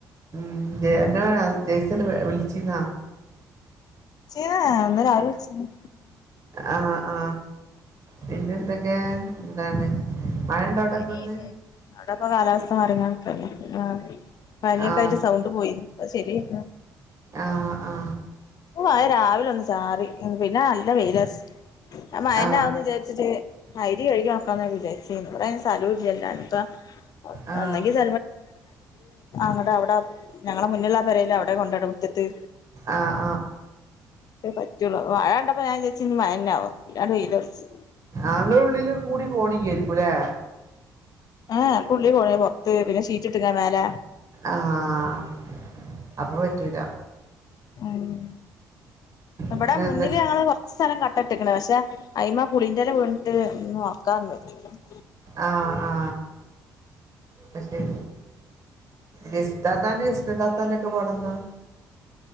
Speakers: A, on the right; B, on the left.
A: <unintelligible> ജെയസല് വിളിച്ചിന്നാ
B: <unintelligible> ഇന്ന് രാവിലെ വിളിച്ചീനു
A: ആ ആ പിന്നെ എന്തൊക്കെ എന്താണ് മഴ ഉണ്ടോ അവിടെ
B: പനിന്ന്
A: ഇപ്പൊ ഇന്ന്
B: അവിടപ്പ കാലാവസ്ഥ മറിക്കാണ്ട് ക്കല്ലേ ആ പനിയൊക്കെ
A: ആ
B: ആയിട്ട് സൗണ്ട് പോയി ഇപ്പോ ശെരിയായി
A: ആ ആ
B: മഴ രാവിലെ ഒന്ന് ചാറി, പിന്നെ നല്ല വെയില അറ ഞാൻ മഴ
A: ആ
B: ന്നാവും വിചാരിച്ചിട്ട് അരി കഴുകി നോക്കാ വിചാരിച്ചി. ബടെ അയ്ൻ സ്ഥലോല്ലല്ലോ <unintelligible>
A: ആ
B: അല്ലെങ്കില് അങ്ങടെ അവിടെ ഞങ്ങള മുന്നില പേരെൽ അവിടെ കൊണ്ടയിടും മുറ്റത്ത്
A: ആഹ്
B: പറ്റോള്ളൂ. മഴ കണ്ടപ്പോ ഞാൻ വിചാരിച്ചു മഴല്ലവം പിന്നാണ്ട് വെയിലറച്ച്
A: ങ്ങളുടെ ഉള്ളിൽ കൂടി കോണില്ലായിരിക്കൂല്ലേ
B: ആഹ് <unintelligible> പുറത്തു. പിന്നെ ഷീറ്റ് ട്ടക്ക മേലെ
A: ആഹ് അപ്പൊ പറ്റൂല
B: മ് ഇവിടെ
A: പിന്നെ
B: മുന്നില്
A: എന്ത
B: ഞങ്ങള് കൊറച്ച് സ്ഥലം കട്ടട്ടിക്കണ് പക്ഷെ അയിമ്മ പുളിൻ്റെല വീണിട്ട്ന്ന് <unintelligible>
A: ആഹ് ആ അത്ശരി ജെസി താത്താൻ്റെ ഹുസ്നതാത്താന്ൻ്റെ ഒക്കെ പടെന്താ